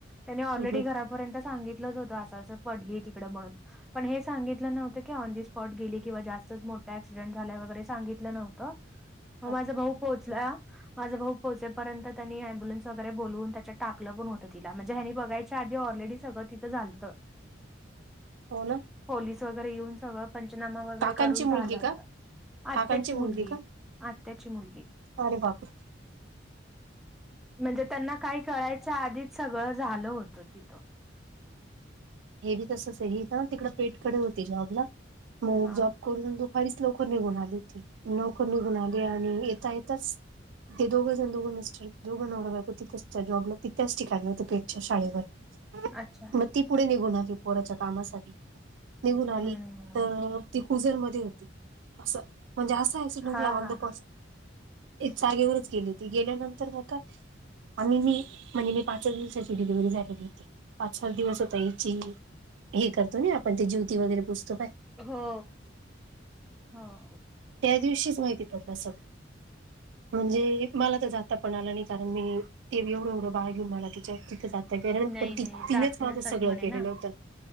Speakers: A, in the centre; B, on the right (about 70°).
A: त्यानी ऑलरेडी
B: हम्म.
A: घरापर्यंत सांगितलंच होतं असं असं पडली तिकडं म्हणून. पण हे सांगितलं नव्हतं क ऑन दि स्पॉट गेली किंवा जास्तच मोठा ऍक्सिडेंट झाला वगैरे सांगितलं नव्हतं.
B: <unintelligible>
A: मग माझा भाऊ पोहोचला. माझं भाऊ पोहोचेपर्यंत त्यांनी अम्बुन्स वगैरे बोलवून त्यात टाकलं पण होतं ति म्हणजे हनी बघायच्या आधी ऑलरेडी गत तिथं झालतं.
B: हो ना.
A: पोलीस वगैरे येऊन सगळं पंचनामा वगैरे
B: काकांची
A: करून
B: मुलगी
A: झाला होता
B: का काकांची
A: आत्याची मुलगी
B: का
A: आत्याची मुलगी,
B: अरे बाप रे.
A: म्हणजे त्यांना काय कळायच्या आधीच सगळं झालं होतं तिथं.
B: हे बी तसच हे ना तिकड पेठकडे होती जॉबला मग
A: हा
B: जॉब करून दुपारीच लवकर निघून आली होती लवकर निघून आली आणि येता येताच ते दोघं जण दोघं मिस्टर दोघं नवरा बायको तिच त्या जॉबला तिथच त्या ठिकाणी होते पेठच्या शाळेवर. ह.
A: अच्छा.
B: पुढे निघून आली पोराच्या कामासाठी निघून आली,
A: हम्म
B: तर ती कुजरमध्येध्ये होती असं म्हणजे असा असिसिडेन्ट
A: हा
B: झाला ऑन
A: हा
B: द पॉस
A: हा.
B: जागेवरच गेली ती गेल्यानंतर मग काय, आणि मी म्हणजे मी पाच सच दिवसाची डिलिव्हरी झालेली होती पाचवा दिवस होता. याची हे करतो ना आपण ते ज्योती वगैरे पूजतो पाय.
A: हो हो.
B: त्या दिवशीच माहिती पडल सगळ. म्हणजे मला तर जाता पण आला नाही कारण मी ते एवढं एवढं बाळ घेऊन मला तिच्यावर तिथं जातं ग
A: नाही
B: पण ति
A: नाही
B: तिनेच
A: जात
B: माझं
A: नसतात
B: सगळं
A: म्हणे
B: केलेलं
A: ना
B: होतं.